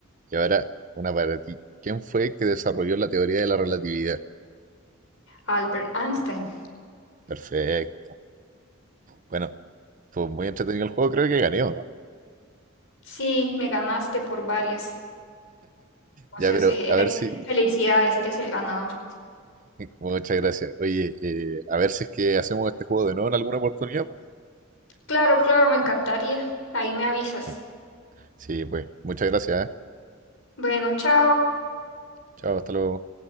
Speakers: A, on the right; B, on the left.
A: Y ahora una para ti. ¿Quién fue el que desarrolló la teoría de la relatividad?
B: Albert Einstein.
A: Perfecto. Bueno, fue muy entretenido el juego. Creo que gané, ¿o no?
B: Sí, me ganaste por varios. Entonces,
A: Ya, pero
B: eh,
A: a
B: eres-
A: ver si...
B: felicidades, eres el ganador.
A: Muchas gracias. Oye, eh, a ver si es que hacemos este juego de nuevo en alguna oportunidad. pues.
B: Claro, claro, me encantaría. Ahí me avisas.
A: Sí, sí, pues. Muchas gracias, ¿eh?
B: Bueno, chao.
A: Chao, hasta luego.